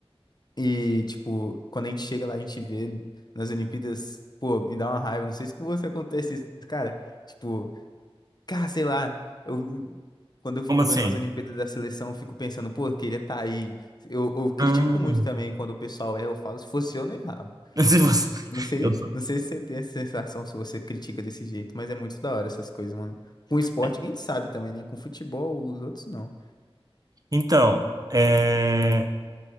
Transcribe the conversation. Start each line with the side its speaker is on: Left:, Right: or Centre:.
Left: E, tipo, quando a gente chega lá, a gente vê nas Olimpíadas, pô, me dá uma raiva, não sei se com você acontece isso, cara. Tipo, cara, sei lá, eu. Quando eu fico
Right: Como assim?
Left: vendo as Olimpíadas da seleção, eu fico pensando, pô, eu queria estar aí. Eu, eu critico
Right: Ah.
Left: muito também quando o pessoal erra, eu falo, se fosse eu, não errava.
Right: <laughs> Se você-
Left: Não sei,
Right: Eu sou.
Left: não sei se você tem essa sensação, se você critica desse jeito, mas é muito da hora essas coisas, mano. Com esporte,
Right: é.
Left: quem sabe também, né? Com futebol, os outros não.
Right: Então, é,